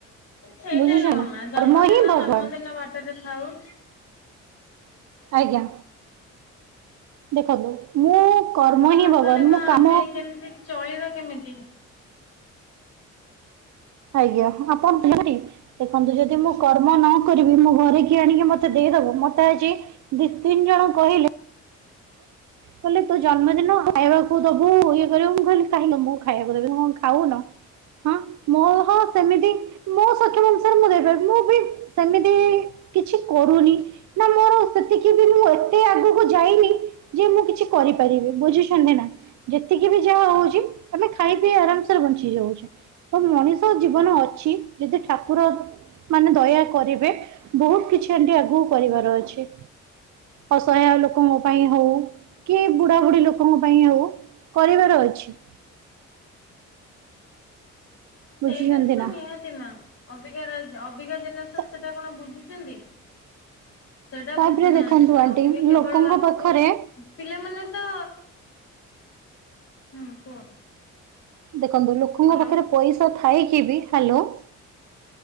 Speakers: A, on the left; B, on the right.
A: ସେଇଟା
B: ବୁଝୁଛ
A: ନୁହଁ
B: ନା
A: ମା ଜନ୍ମଦିନ
B: କର୍ମ ହିଁ ଭଗବାନ
A: ଜନ୍ମଦିନ ବାଟରେ ଥାଉ।
B: ଆଜ୍ଞା ଦେଖନ୍ତୁ ମୁଁ
A: କର୍ମ
B: ହିଁ
A: ନ
B: ଭଗବାନ
A: କଲେ ମା
B: ମୁଁ
A: ଆମେ
B: କାମ
A: କେମିତି ଚଳିବା କେମିତି?
B: ଆଜ୍ଞା ଆପଣ <unintelligible> ତଛନ୍ତି ଦେଖନ୍ତୁ ଯଦି ମୁଁ କର୍ମ ନ କରିବି ମୁଁ ଘରେ କିି ଆଣିକି ମତେ ଦେଇଦବ ମତେ ଆଜି ଦି ତିନି ଜଣ କହିଲେ କହିଲେ ତୋ ଜନ୍ମଦିନ ଖାଇବାକୁ ଦବୁ ଇଏ କରିବୁ ମୁଁ କହିଲି କାହିଁ ମୁଁ ଖାଇବାକୁ ଦେବି ତମେ କଣ ଖାଉନ। ହଁ ମୋ ହଁ ସେମିତି ମୋ ସକ୍ଷମ ଅନୁସାରେ ମୁଁ ଦେଇପାରିବି ମୁଁ ବି ସେମିତି କିଛି କରୁନି। ନା ମୋର ସେତିକି ବି ମୁଁ ଏତେ ଆଗକୁ ଯାଇନି ଯେ ମୁଁ କିଛି କରିପାରିବି ବୁଝୁଶନ୍ତି ନା? ଯେତିକି ବି ଯାହା ହଉଛି ଆମେ ଖାଇ ପି ଆରାମସରେ ବଞ୍ଚି ଯାଉଛୁ। ତ ମଣିଷ ଜୀବନ ଅଛି ଯଦି ଠାକୁର ମାନେ ଦୟା କରିବେ ବହୁତ କିଛି ଆଣ୍ଟି ଆଗକୁ କରିବାର ଅଛି। ଏ ଅସହାୟ ଲୋକ ଙ୍କ ପାଇଁ ହଉ କି ବୁଢ଼ାବୁଢ଼ୀ ଲୋକଙ୍କ ପାଇଁ ହୋଉ କରିବାର ଅଛି।
A: ସେଇଟା
B: ବୁଝୁଛନ୍ତି
A: ତ
B: ନା
A: ନିହାତି ମା ଅବିକାର ଅବିକା ଜେନେରେସନ
B: ତ
A: ସେଟା କଣ ବୁଝୁଛନ୍ତି? ସେଟା
B: ତାପରେ
A: ବୁଝୁନାହାନ୍ତି
B: ଦେଖନ୍ତୁ
A: ମା
B: ଆଣ୍ଟି
A: ଅବିକା କେବଳ
B: ଲୋକଙ୍କ
A: ଆମକୁ
B: ପାଖରେ
A: ପିଲାମାନେ ତ ହୁଁ କୁହ
B: ଦେଖନ୍ତୁ ଲୋକଙ୍କ
A: ହ୍ୟାଲୋ।
B: ପାଖରେ ପଇସା ଥାଇ କି ବି ହ୍ୟାଲୋ।